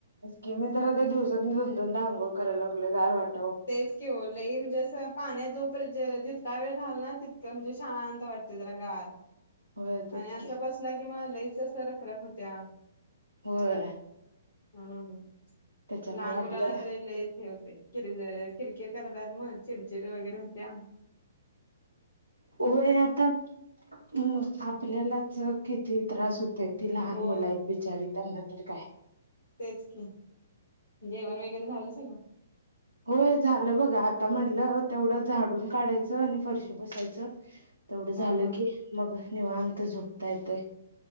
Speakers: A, on the right (about 85°); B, on the left (about 60°).
A: कि मी तर दिवसात दोन दोन धांगोळ करायला लागले गार वाट
B: तेच केवलंई म्हणजे अस पाण्यात जोप जितका वेळ राला ना तितकं म्हणजे शांत वाटते जरा गार
A: होय तेच
B: आणि अस
A: की
B: बसला कि म लईच अस रखरख होत त्या
A: होय
B: हम्
A: त्याच्यामुळे
B: लहान
A: आपलं
B: मुलांना तर ल होते किरकिर करतात मग चिडचिड वगैरे होत्या
A: होय आता अ् आपल्यालाच किती त्रास होत ती लहान
B: हो
A: मुला आहेत बिचारी त्यांना काय
B: तेच की जेवण वगैरे झालं सगळ
A: हो हे झालं बघा आता म्हणलं तेवढं झाडून काढायचं आणि फरशीू बसायचं तेवढं झालं
B: हा हा.
A: की मग निवांत झोपता येते